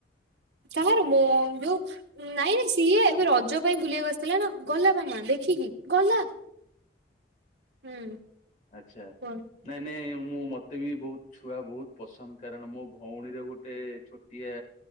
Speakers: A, on the right; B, on the left.
A: କାହାର ମୋ ଯଉ ନାଇଁ ସିଏ ଏବେ ରଜ ପାଇଁ ବୁଲିବାକୁ ଆସିଥିଲା ନା ଗଲା ମାମା ଦେଖିକି ଗଲା।
B: <unintelligible>
A: ହୁଁ!
B: ଆଛା
A: କୁହନ୍ତୁ
B: ନାଇଁ ନାଇଁ ମୁଁ ମତେ ବି ବହୁତ୍ ଛୁଆ ବହୁତ୍ ପସନ୍ଦ କାରଣ ମୋ ଭଉଣୀରେ ଗୋଟେ ଛୋଟିଆ